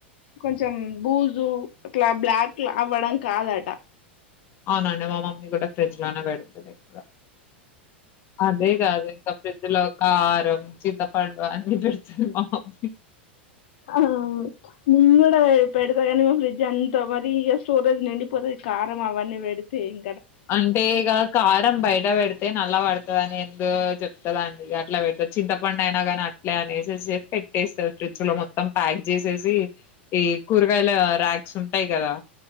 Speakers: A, on the left; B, on the left.
A: కొంచెం బూజు లా బ్లాక్ అవ్వడం కాదట
B: అవునండి మా మమ్మీ కూడా ఫ్రిడ్జ్ లోనే పెడుతుంది ఇంకా అదే కాదు ఇంకా ఫ్రిడ్జ్ లో కారం చింతపండ్ అన్నీ పెడుతది మా మమ్మీ
A: ఆహ నేను కూడా పెడతా కానీ మా ఫ్రిడ్జ్ అంతా మరి ఇక స్టోరేజ్ నిండిపోతది కారం అవన్నీ పెడితే ఇం
B: అంటే ఇగా కారం బయట పెడితే నల్ల బడతడనేస్ ముందు చెప్తదా అండి అట్లా పెడ్ చింతపండు అయినా కానీ అట్లే అనేసి పెట్టేస్తది ఫ్రిడ్జ్ లో మొత్తం ప్యాక్ చేసేసి ఈ కూరగాయల ర్యాక్స్ ఉంటాయి కదా